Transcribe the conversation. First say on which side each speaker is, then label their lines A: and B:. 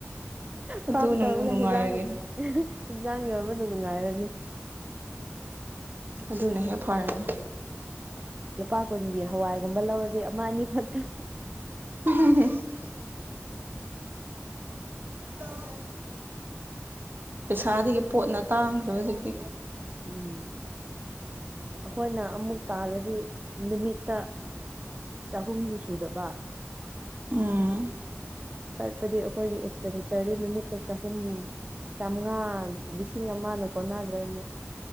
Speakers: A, on the right; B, on the right.
A: ꯑꯗꯨꯅꯕꯨ
B: ꯐꯥꯔꯝ ꯇꯧꯔꯒ
A: ꯅꯨꯡꯉꯥꯏꯔꯒꯦꯔ
B: ꯍꯦꯟꯁꯥꯡ ꯏꯟꯁꯥꯡ ꯌꯣꯟꯕꯗꯨ ꯅꯨꯡꯉꯥꯏꯔꯅꯤ
A: ꯑꯗꯨꯅ ꯍꯦꯛ ꯐꯔꯅꯤ
B: ꯂꯨꯄꯥ ꯀꯨꯟꯒꯤ ꯍꯋꯥꯏꯒꯨꯝꯕ ꯂꯧꯔꯗꯤ ꯑꯃ ꯑꯅꯤ ꯈꯛꯇ
A: ꯍꯝ <inaudible> ꯑ <inaudible> ꯄꯩꯁꯥꯗꯒꯤ ꯄꯣꯠꯅ ꯇꯥꯡꯈ꯭ꯔꯦ ꯍꯧꯖꯤꯛꯇꯤ
B: ꯎꯝ ꯑꯩꯈꯣꯏꯅ ꯑꯃꯨꯛ ꯇꯥꯜꯂꯗꯤ ꯅꯨꯃꯤꯠꯇ ꯆꯍꯨꯝꯁꯨ ꯁꯨꯗꯕ
A: ꯎꯝ
B: ꯆꯠꯄꯗꯤ ꯑꯩꯈꯣꯏꯒꯤ ꯑꯦꯛꯁꯄꯦꯟꯗꯤꯆꯔꯗꯤ ꯅꯨꯃꯤꯠꯇ ꯆꯍꯨꯝ ꯆꯝꯃꯉꯥ ꯂꯤꯁꯤꯡ ꯑꯃꯅ ꯀꯣꯟꯅꯗ꯭ꯔꯦ ꯑꯃꯨꯛ